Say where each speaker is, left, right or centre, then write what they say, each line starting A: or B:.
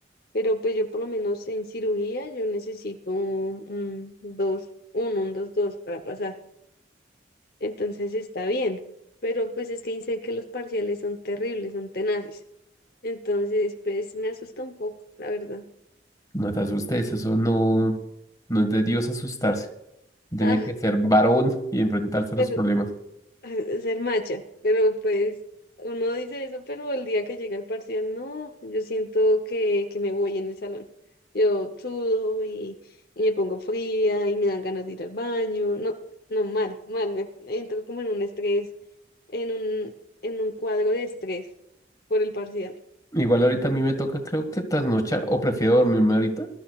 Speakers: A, on the left; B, on the left.
A: Pero pues yo por lo menos en cirugía yo necesito un, un uno, 1, un 2, 2 para pasar. Entonces está bien, pero pues es que dicen que los parciales son terribles, son tenaces. Entonces, pues me asusta un poco, la verdad.
B: No te asustes, eso no, no es de Dios asustarse. Tenía
A: Ah,
B: que ser varón y enfrentarse
A: pero
B: a los problemas.
A: <laughs> ser macha, pero pues uno dice eso, pero el día que llega el parcial, no, yo siento que, que me voy en el salón. Yo sudo y, y me pongo fría y me dan ganas de ir al baño. No, no, mal, mal, me entro como en un estrés, en un, en un cuadro de estrés por el parcial.
B: Igual ahorita a mí me toca, creo que trasnochar, o prefiero dormirme ahorita,